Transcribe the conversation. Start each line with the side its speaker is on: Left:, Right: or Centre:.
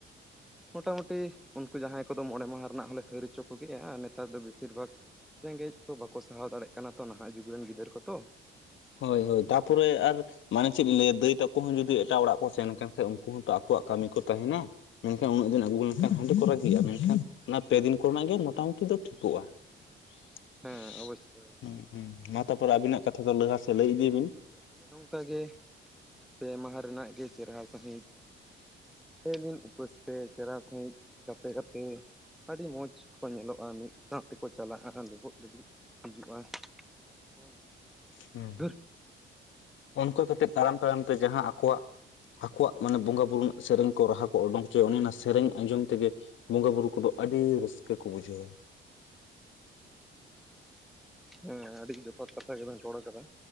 Centre: ᱢᱚᱴᱟᱢᱩᱴᱤ ᱩᱱᱠᱩ ᱡᱟᱦᱟᱸᱭ ᱠᱚᱫᱚ ᱢᱚᱬᱮ ᱢᱟᱦᱟ ᱨᱮᱱᱟᱜ ᱦᱚᱸ ᱞᱮ ᱦᱟᱹᱨ ᱦᱚᱪᱚ ᱠᱚ ᱜᱮᱭᱟ ᱟᱨ ᱱᱮᱛᱟᱨ ᱫᱚ ᱵᱮᱥᱤᱨ ᱵᱷᱟᱜᱽ ᱨᱮᱸᱜᱮᱡ ᱠᱚ ᱵᱟᱠᱚ ᱥᱟᱦᱟᱣ ᱫᱟᱲᱮᱭᱟᱜ ᱠᱟᱱᱟ ᱛᱚ ᱱᱟᱦᱟᱜ ᱡᱩᱜᱽ ᱨᱮᱱ ᱜᱤᱫᱽᱟᱹᱨ ᱠᱚ ᱛᱚ
Left: ᱦᱳᱭ ᱦᱳᱭ ᱛᱟᱨᱯᱚᱨᱮ ᱟᱨ ᱢᱟᱱᱮ ᱪᱮᱫ ᱤᱧ ᱞᱟᱹᱭᱟ ᱫᱟᱹᱭ ᱛᱟᱠᱚ ᱦᱚ ᱡᱩᱫᱤ ᱮᱴᱟᱜ ᱚᱲᱟᱜ ᱠᱚ ᱥᱮᱱ ᱠᱟᱱᱟᱱ ᱠᱷᱟᱡ ᱩᱱᱠᱩ ᱦᱚᱸᱛᱚ ᱟᱠᱚᱣᱟᱜ ᱠᱟᱹᱢᱤ ᱠᱚ ᱛᱟᱦᱮᱱᱟ ᱢᱮᱱᱠᱷᱟᱱ ᱩᱱᱟᱹᱜ ᱫᱤᱱ ᱟᱹᱜᱩ ᱞᱮᱱᱠᱷᱟᱱ ᱦᱟᱸᱰᱮ ᱠᱚ ᱨᱟᱹᱜᱤᱜᱼᱟ ᱢᱮᱱᱠᱷᱟᱱ ᱚᱱᱟ ᱯᱮ ᱫᱤᱱ ᱠᱚᱨᱮᱱᱟᱜ ᱜᱮ ᱢᱚᱴᱟᱢᱩᱴᱤ ᱫᱚ ᱴᱷᱤᱠᱚᱜᱼᱟ ᱾
Centre: <inaudible>
Left: <unintelligible>
Centre: ᱚᱵᱚᱥᱥᱳᱭ ᱚᱵᱚᱥᱥᱳᱭ
Left: ᱦᱩᱸ ᱦᱩᱸ ᱢᱟ ᱛᱟᱯᱚᱨᱮ ᱟᱵᱤᱱᱟᱜ ᱠᱟᱛᱷᱟ ᱫᱚ ᱞᱟᱦᱟ ᱥᱮᱫ ᱞᱟᱹᱭ ᱤᱫᱤ ᱵᱤᱱ
Centre: ᱛᱚᱵᱮ ᱚᱱᱮ ᱚᱱᱠᱟ ᱜᱤ ᱯᱮ ᱢᱟᱦᱟ ᱨᱮᱱᱟᱜ ᱜᱮ ᱪᱮᱨᱦᱟ ᱥᱟᱹᱦᱤᱡ ᱯᱮ ᱫᱤᱱ ᱩᱯᱟᱹᱥ ᱛᱮ ᱪᱮᱨᱦᱟ ᱥᱟᱹᱦᱤᱡ ᱜᱟᱛᱮ ᱜᱟᱛᱮ ᱟᱹᱰᱤ ᱢᱚᱡᱽ ᱠᱚ ᱧᱮᱞᱚᱜᱼᱟ ᱾ ᱢᱤᱫ ᱫᱟᱜ ᱛᱮᱠᱚ ᱪᱟᱞᱟᱜᱼᱟ ᱞᱩᱜᱚᱜ ᱞᱩᱜᱽᱲᱤᱡ ᱛᱮᱠᱚ ᱦᱤᱡᱩᱜᱼᱟ ᱾ ᱦᱮᱸ
Left: ᱦᱮᱸ
Centre: ᱫᱷᱩᱨ
Left: ᱚᱱᱠᱟ ᱠᱟᱛᱮ ᱛᱟᱲᱟᱢ ᱛᱟᱲᱟᱢ ᱛᱮ ᱡᱟᱦᱟᱸ ᱟᱠᱚᱣᱟᱜ ᱟᱠᱚᱣᱟᱜ ᱢᱟᱱᱮ ᱵᱚᱸᱜᱟᱼ ᱵᱩᱨᱩ ᱨᱮᱱᱟᱜ ᱥᱮᱨᱮᱧ ᱠᱚ ᱨᱟᱦᱟ ᱠᱚ ᱚᱰᱳᱠ ᱦᱚᱪᱚᱭᱟ ᱚᱱᱮ ᱚᱱᱟ ᱥᱮᱨᱮᱧ ᱟᱸᱡᱚᱢ ᱛᱮᱜᱮ ᱵᱚᱸᱜᱟ ᱵᱩᱨᱩ ᱠᱚᱫᱚ ᱟᱹᱰᱤ ᱨᱟᱹᱥᱠᱟᱹ ᱠᱚ ᱵᱩᱡᱷᱟᱹᱣᱟ ᱾
Centre: ᱦᱮᱸ ᱟᱹᱰᱤ ᱡᱚᱛᱷᱟᱛ ᱠᱟᱛᱷᱟ ᱜᱮ ᱵᱮᱱ ᱨᱚᱲ ᱟᱠᱟᱫᱟ